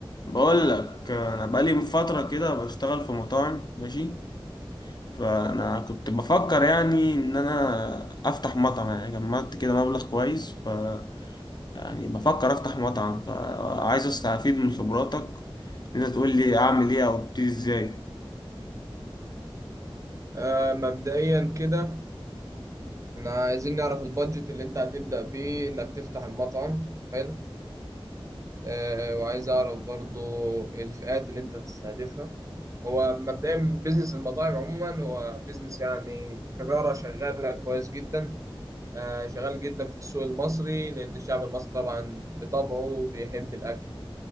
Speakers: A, on the left; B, on the right.
A: بقول لك انا بقالي من فتره كده بشتغل في مطاعم ماشي فانا كنت بفكر يعني ان انا افتح مطعم يعني جمعت كده مبلغ كويس ف يعني بفكر افتح مطعم فعايز استفيد من خبراتك إن انت تقول لي اعمل ايه او ابتدي ازاي
B: آه مبدئيا كده احنا عايزين نعرف البادجت اللي انت هتبدأ بيه انك تفتح المطعم حلو آه وعايز اعرف برضو الفئات اللي انت هتستهدفها هو مبدئيا بيزنس المطاعم عموما هو بيزنس يعني تجارة شغالة كويس جدا آه شغال جدا في السوق المصري لأن الشعب المصري طبعا بطبعه بيحب الأكل